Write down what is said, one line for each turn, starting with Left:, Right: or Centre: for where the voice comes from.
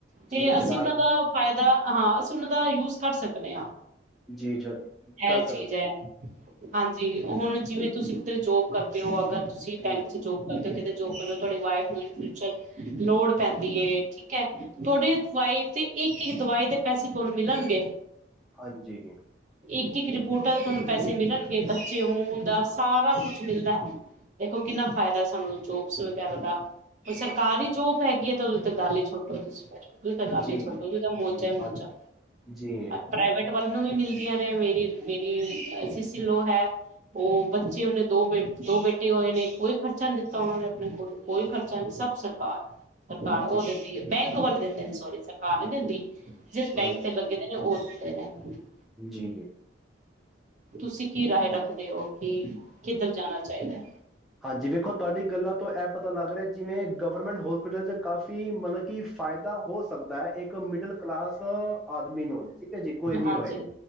Right: ਤੇ
Centre: ਜੀ
Right: ਅਸੀਂ
Centre: ਚਲਾ
Right: ਉਹਨਾਂ ਦਾ ਫਾਇਦਾ ਹਾਂ ਅਸੀਂ ਉਹਨਾਂ ਦਾ ਯੂਜ ਕਰ ਸਕਦੇ ਹਾਂ
Centre: ਜੀ ਜ ਕਰ
Right: ਇਹ
Centre: ਸਕਦੇ
Right: ਚੀਜ਼ ਹੈ।
Centre: ਹੋ
Right: ਹਾਂਜੀ ਹੁਣ ਜਿਵੇਂ ਤੁਸੀਂ ਕਿਧਰੇ ਜੋਬ ਕਰਦੇ ਹੋ ਅਗਰ ਤੁਸੀਂ
Centre: ਜੀ
Right: ਕੈਂਟ ਚ ਜੌਬ ਕਰਦੇ ਕਿਤੇ ਜੌਬ ਤਾਂ ਤੁਹਾਡੀ ਵਾਈਫ ਨੂੰ ਲੋੜ ਪੈਂਦੀ ਹੈ ਠੀਕ ਹੈ ਤੁਹਾਡੀ ਵਾਈਫ ਦੀ ਇੱਕ ਇੱਕ ਦਵਾਈ ਦੇ ਪੈਸੇ ਤੁਹਾਨੂੰ ਮਿਲਣਗੇ
Centre: ਹਾਂਜੀ
Right: ਇੱਕ ਇੱਕ ਰਿਪੋਰਟ ਤੁਹਾਨੂੰ ਪੈਸੇ ਮਿਲਣਗੇ ਬੱਚੇ ਹੋਣ ਦਾ ਸਾਰਾ ਕੁਛ ਮਿਲਦਾ ਦੇਖੋ ਕਿੰਨਾ ਫਾਇਦਾ ਸਾਨੂੰ ਜੋਬਸ ਵਗੈਰਾ ਦਾ ਉਹ ਸਰਕਾਰੀ ਜੋਬ ਹੈਗੀ ਹੈ ਤਾਂ ਉਹਦੇ ਤਾਂ ਗੱਲ ਹੀ ਛੋਟੋ ਤੁਸੀਂ ਫਿਰ ਤਾਂ ਗੱਲ
Centre: ਜੀ
Right: ਹੀ ਛੋਟੀ ਜਿਹੀ ਮੋਜਾ ਹੀ ਮੋਜਾ
Centre: ਹਾਂਜੀ ਜੀ
Right: ਪ੍ਰਵੇਟ ਵੱਲ ਨੂੰ ਵੀ ਮਿਲਦੀਆਂ ਨੇ ਮੇਰੀ ਮੇਰੀ ਸਿਸੀ ਲੋ ਹੈ ਉਹ ਬੱਚੇ ਉਹਨੇ ਦੋ ਬ ਦੋ ਬੈਠੇ ਹੋਏ ਨੇ ਕੋਈ ਖਰਚਾ ਨੀ ਦਿੱਤਾ ਉਹਨਾਂ ਨੇ ਆਪਣੇ ਕੋਲ ਕੋਈ ਖ਼ਰਚਾ ਨਹੀਂ, ਸਭ ਸਰਕਾਰ। ਸਰਕਾਰ
Centre: ਜੀ
Right: ਉਹ ਦਿੰਦੀ ਹੈ, ਬੈਂਕ ਵੱਲ ਦਿੰਦੇ ਸੋਰੀ, ਸਰਕਾਰ ਨੇ ਦਿੰਦੀ। ਜਿਸ ਬੈਂਕ
Centre: ਹਾਂਜੀ
Right: ਤੇ ਲੱਗੇ ਦੇ ਨੇ, ਉਸ ਦੇਣੇ <inaudible>
Centre: ਜੀ।
Right: ਤੁਸੀਂ ਕੀ ਰਾਏ ਰੱਖਦੇ ਹੋ? ਕੀ ਕਿੱਧਰ ਜਾਣਾ ਚਾਹੀਦਾ।
Centre: ਹਾਂਜੀ, ਵੇਖੋ ਤੁਹਾਡੀ ਗੱਲਾਂ ਤੋਂ ਐ ਪਤਾ ਲੱਗ ਰਿਹਾ, ਜਿਵੇਂ। ਗਵਰਮੈਂਟ ਹੋਸਪਿਟਲ 'ਚ ਕਾਫੀ ਮਤਲਬ। ਕੀ ਫਾਇਦਾ, ਹੋ ਸਕਦਾ ਹੈ‌। ਇੱਕ ਮਿਡਲ ਕਲਾਸ, ਆਦਮੀ ਨੂੰ। ਠੀਕ ਆ ਜੀ, ਕੋਈ
Right: ਹਾਂਜੀ
Centre: ਵੀ ਹੋਏ,